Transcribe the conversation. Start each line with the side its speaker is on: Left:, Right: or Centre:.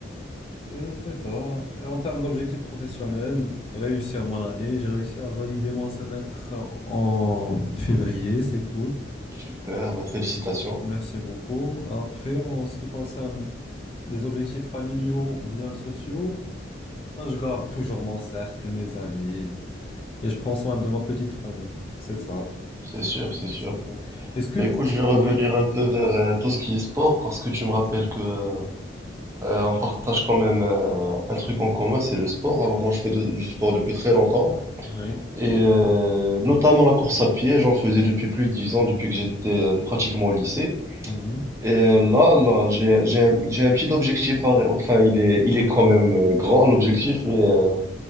Left: Et c'est ça. Et en termes d'objectifs professionnels, réussir mon année, j'ai réussi à valider mon semestre en février, c'est cool.
Right: super, bah, félicitations.
Left: Merci beaucoup. Après, en ce qui concerne des objectifs familiaux ou bien sociaux, hein, je garde toujours mon cercle, mes amis, et je prends soin de ma petite famille. C'est ça.
Right: C'est sûr, c'est sûr.
Left: C'est ça. Est-ce que...
Right: Bah, écoute, je vais revenir
Left: Oui,
Right: un peu vers euh, tout ce qui est sport parce que tu me rappelles que euh, euh, on partage quand même euh, un truc en commun, c'est le sport. Alors moi, je fais de- du sport depuis très longtemps
Left: oui.
Right: et euh, notamment la course à pied. J'en faisais depuis plus de 10 ans, depuis que j'étais euh, pratiquement au lycée.
Left: Mhm.
Right: Et euh, là, là, j'ai j'ai un, j'ai un petit objectif. à ré- Enfin, il est il est quand même euh, grand l'objectif, mais euh,